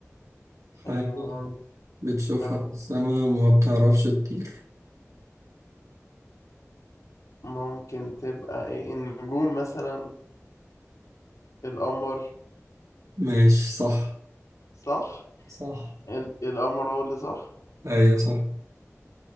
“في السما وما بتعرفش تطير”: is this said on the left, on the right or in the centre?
Right